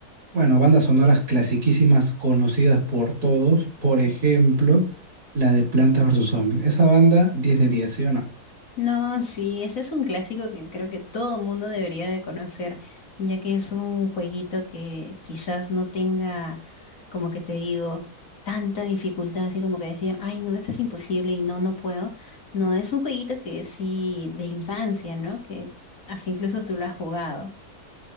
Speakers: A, on the right; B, on the left.
A: Bueno, bandas sonoras clasiquísimas conocidas por todos. Por ejemplo, la de Plantas versus Zombies. Esa banda, 10 de 10, ¿sí o no?
B: No, sí, ese es un clásico que creo que todo mundo debería de conocer, ya que es un jueguito que quizás no tenga, como que te digo, tanta dificultad, así como que decir, ay, no, esto es imposible y no, no puedo. No, es un jueguito que sí, de infancia, ¿no? Que así incluso tú lo has jugado.